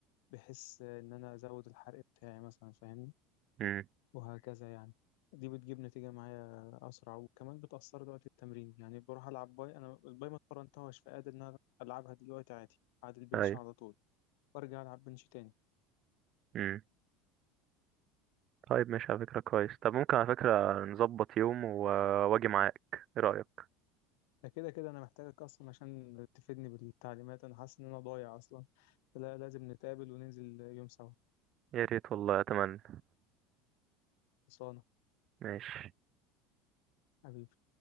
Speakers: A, on the left; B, on the right.
A: بحيث آه، إن أنا أزود الحرق بتاعي مثلا فاهمني
B: امم
A: وهكذا يعني دي بتجيب نتيجة معايا أسرع وكمان بتأثر وقت التمرين يعني بروح ألعب باي أنا الباي ما اتمرنتهاش فقادر إن أنا ألعبها دلوقتي عادي بعد البنش
B: ايوه
A: على طول وأرجع ألعب بنش تاني
B: امم طيب ماشي على فكره كويس طب ممكن على فكره نظبط يوم و... واجي معاك ايه رايك
A: ده كده كده أنا محتاجك أصلا عشان تفيدني بالتعليمات أنا حاسس إن أنا ضايع أصلا فلا لازم نتقابل وننزل يوم سوا
B: يا ريت والله اتمنى
A: خلصانة
B: ماشي
A: حبيبي